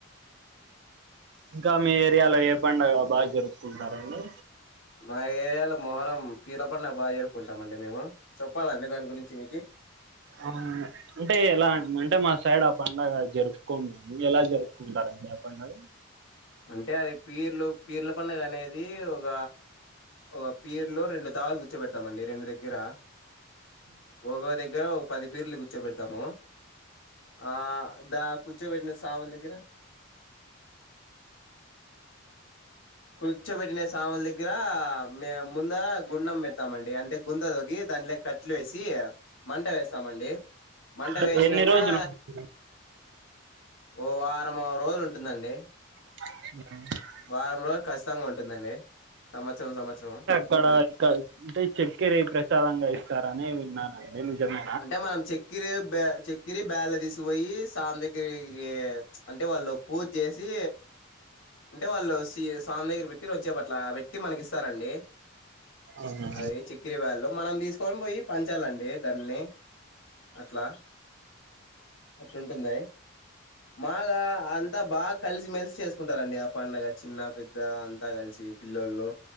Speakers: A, on the right; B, on the left.
A: ఇంకా మీ ఏరియాలో ఏ పండుగ బాగా జరుపుకుంటారండి
B: మా ఏరియాలో మొహరం పిరిల పండుగ బాగా జరుకుంటాం అండి మేము చెప్పాలండి దాని గురించి మీకి
A: ఆ అంటే ఎలా అంటే మా సైడ్ ఆ పండుగ జరుపుకోము మేము ఎలా జరుప్ కుంటారండి ఆ పండగ
B: అంటే అది పీర్లు పీర్ల పండుగ అనేది ఒక ఒ పీర్లు రెండు తావలు కూర్చో పెతామండి రెండు దగ్గర. ఒక్కో దగ్గర ఒ పది పీర్లు కూర్చోబెడతాము. ఆ దా కూర్చోబెట్టిన సావల దగ్గర కూర్చో బెట్టిన సామల్ దగ్గరా మేం ముందర గుండం పెడ్తామండి అంటే గుంత తొగ్గి దాంట్లోకి కట్లు ఏసి మంట వేస్తామండి, మంట
A: అంటే
B: వేశినంకా
A: ఎన్ని రోజులు
B: ఓ వారం రోజులు ఉంటుందండి.
A: <inaudible>
B: వారం రోలు ఖచ్చితంగా ఉంటుందండి సంవత్సరం సంవత్సరం
A: ఇక్కడ ఇక్కడ అంటే చెక్కెరె ప్రసాదంగా ఇస్తారని విన్నానం అదినిజమే
B: అంటే మనం చెక్కిరి బె చెక్కిరి బ్యాల్లు తీసుకపోయి సాందగ్గరికి అంటే వాళ్ళు పూజ చేసి అంటే వాళ్ళు సి సామి దగ్గర పెట్టి కొద్సెప్ అట్ల పెట్ ట్టి మనకు ఇస్తారండి.
A: అవునండి
B: అది చెక్కిరి బ్యాల్లు మనం తీసుక్ కొని బోయ్ పంచాలండి దాన్ని. అట్లా అట్లుంటుంది. మాగ అంత బాగ కలిసి మెలిసి చేసుకుంటారండి ఆ పండగ చిన్న పెద్ద అంతా కలిసి. పిల్లోల్లు